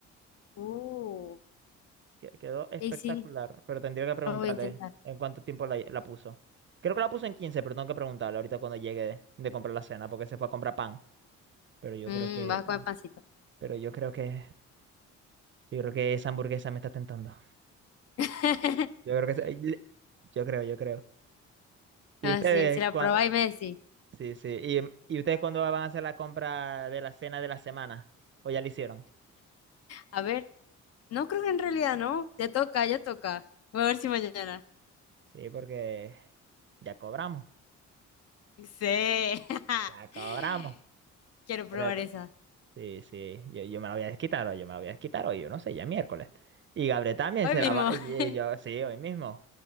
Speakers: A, on the left; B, on the right.
A: uh,
B: Que- Quedó espectacular,
A: y sí,
B: pero tendría que preguntarle
A: lo voy a intentar.
B: en cuánto tiempo la, la puso. Creo que la puso en 15, pero tengo que preguntarle ahorita cuando llegue de, de comprar la cena, porque se fue a comprar pan. Pero yo
A: Mm,
B: creo que,
A: vas a comer pancito.
B: pero yo creo que, yo creo que esa hamburguesa me está tentando.
A: <laughs>
B: Yo creo que, se- le- yo creo, yo creo. ¿Y
A: Ah,
B: ustedes
A: sí, si la
B: cuándo?
A: probáis me decís.
B: Sí, sí. ¿Y, y ustedes cuándo van a hacer la compra de la cena de la semana? ¿O ya la hicieron?
A: A ver, no creo que en realidad no. Ya toca, ya toca. Voy a ver si mañana.
B: Sí, porque ya cobramos,
A: Sí. <laughs>
B: ya cobramos.
A: Quiero probar
B: Correcto.
A: esa.
B: Sí, sí, yo, yo me la voy a desquitar hoy, yo me la voy a desquitar hoy, yo no sé, ya es miércoles. Y Gabriel también
A: Hoy
B: se
A: mismo.
B: la va, y
A: <laughs>
B: yo, sí, hoy mismo.